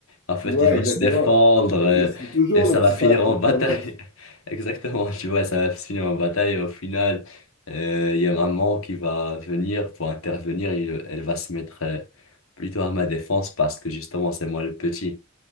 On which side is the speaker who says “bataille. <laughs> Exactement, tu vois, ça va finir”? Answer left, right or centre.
Left